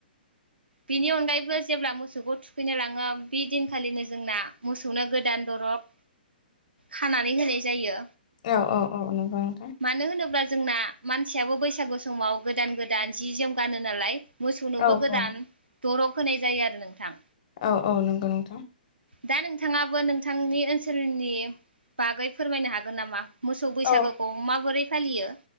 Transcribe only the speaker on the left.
औ औ औ नंगौ नोंथां।
औ
औ
औ औ नंगौ नोंथां।
औ